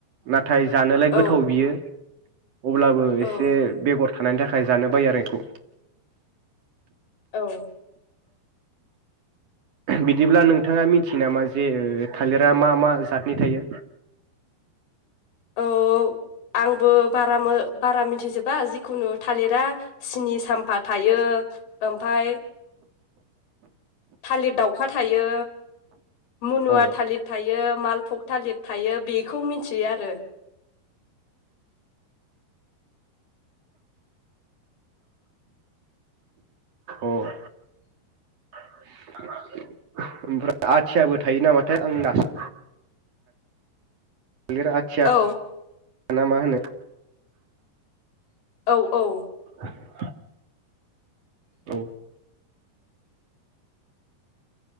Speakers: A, on the right; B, on the left.
A: नाथाय जानोलाय
B: औ
A: गोथाव बियो अब्लाबो
B: औ
A: एसे बेगर थानायनि थाखाय जानो बायो आरो बेखौ
B: औ
A: बिदिब्ला नोंथाङा मिथियो नामा जे थालिरा मा मा जातनि थायो।
B: औ आंबो बारा बारा मिथिजोब बा जिखुनु थालिरा सिनि साम थायो ओमफाय थालिर दाउखा थायो मुनुवा
A: औ
B: थालिर थायो मालफग थालिर थायो बेखौ मिथियो आरो
A: अ ओमफ्राय आथियाबो थायो नामाथाय आं <unintelligible> थालिर आथिया
B: औ
A: ना मा होनो
B: औ औ
A: <inaudible> औ